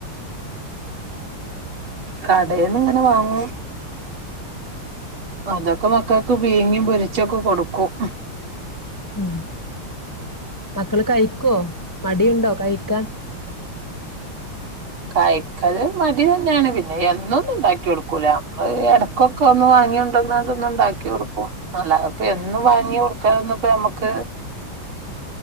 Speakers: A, on the right; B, on the left.
A: കടേന്ന്ങ്ങനെ വാങ്ങും. അതൊക്കെ മക്കൾക്ക് പീങ്യിം പൊരിച്ചൊക്കെ കൊടുക്കും
B: ഉം മക്കള് കഴിക്കൊ മടിയുണ്ടോ കഴിക്കാൻ.
A: കായ്ക്കല് മടി തന്നെയാണ് പിന്നെ എന്നൊന്നും ഉണ്ടാക്കി കൊടുക്കൂല നമ്മള് ഇടക്കൊക്കെ ഒന്ന് വാങ്ങി കൊണ്ടെന്നാണ്ടൊന്ന് ണ്ടാക്കി കൊടുക്കും അല്ലാതെ പ്പൊ എന്നും വാങ്ങി കൊട് ക്കാന്ന്പ്പോ ഞമ്മുക്ക്